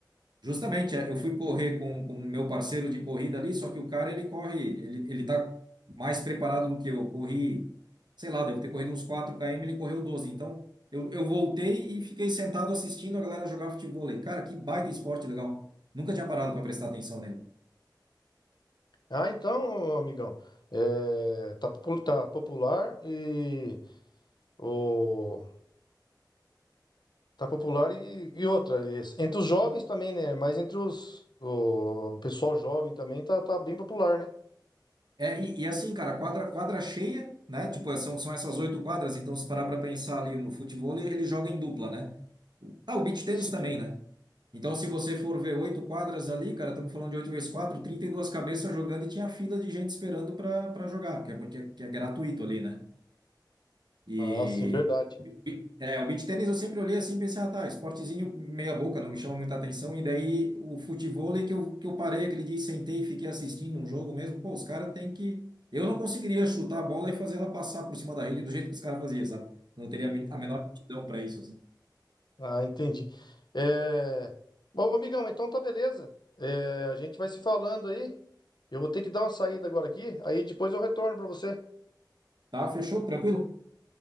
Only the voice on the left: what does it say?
Ah, então, amigão, é, tá, popu- tá popular e o, Tá popular e, e outra, es- entre os jovens também, né? Mas entre os, o pessoal jovem também tá, tá bem popular, né?
Sim.
Ah, sim, verdade.
Ah, entendi. É... Bom, amigão, então tá beleza. É, a gente vai se falando aí. Eu vou ter que dar uma saída agora aqui, aí depois eu retorno pra você.